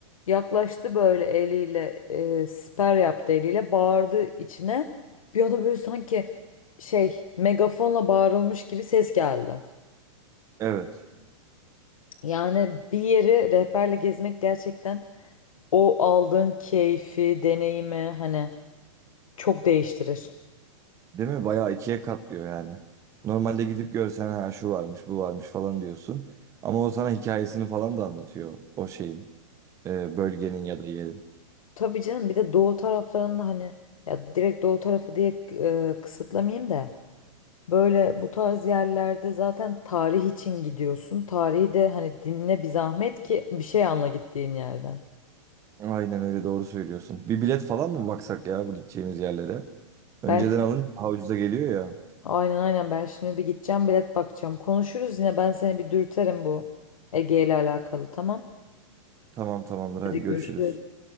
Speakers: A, on the left; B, on the right.
A: Yaklaştı böyle eliyle, e, siper yaptı eliyle, bağırdı içine. Bir anda böyle sanki şey, megafonla bağırılmış gibi ses geldi.
B: Evet.
A: Yani bir yeri rehberle gezmek gerçekten o aldığın keyfi, deneyimi hani çok değiştirir.
B: Değil mi? Bayağı ikiye katlıyor yani. Normalde gidip görsen ha şu varmış, bu varmış falan diyorsun. Ama o sana hikayesini falan da anlatıyor o şeyin, e, bölgenin ya da yerin.
A: Tabii canım bir de doğu taraflarında hani ya direkt doğu tarafı diye e, kısıtlamayayım da böyle bu tarz yerlerde zaten tarih için gidiyorsun. Tarihi de hani dinle bir zahmet ki bir şey anla gittiğin yerden.
B: Aynen öyle doğru söylüyorsun. Bir bilet falan mı baksak ya bu gideceğimiz yerlere? Önceden
A: Ben
B: alınca daha ucuza geliyor ya.
A: aynen aynen ben şimdi bir gideceğim bilet bakacağım. Konuşuruz yine ben seni bir dürterim bu Ege ile alakalı tamam.
B: Tamam tamamdır hadi
A: Hadi görüşürüz.
B: görüşürüz.